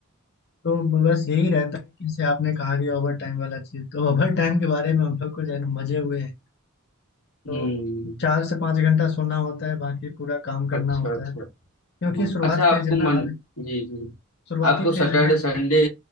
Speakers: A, on the left (about 55°); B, on the left (about 80°).
A: तो बस यही रहता है कि जैसे आपने कहा कि ओवर टाइम वाला चीज तो ओवर टाइम के बारे में हम लोग को जो है ना मजे हुए हैं तो
B: हम्म
A: चार से पाँच घंटा सोना होता है बाकी पूरा काम करना
B: अच्छा
A: होता
B: अच्छा
A: है क्योंकि
B: हाँ
A: शुरुआत
B: अच्छा आपको
A: फेज है ना
B: मन
A: अभी
B: जी जी
A: शुरुआती
B: आपको सैटरडे
A: फेज है ना
B: संडे